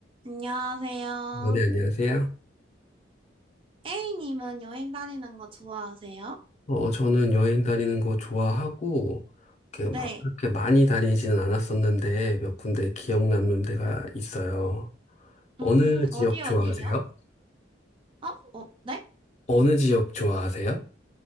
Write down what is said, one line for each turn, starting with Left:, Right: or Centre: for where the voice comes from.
Right: 안녕하세요.
Left: 아, 네, 안녕하세요.
Right: A님은 여행 다니는 거 좋아하세요?
Left: 어, 저는 여행 다니는 거 좋아하고, 이렇게
Right: 네.
Left: 막 그렇게 많이 다니지는 않았었는데, 몇 군데 기억 남는 데가 있어요. 어느
Right: 음,
Left: 지역
Right: 어디 어디요?
Left: 좋아하세요?
Right: 어? 어, 네?
Left: 어느 지역 좋아하세요?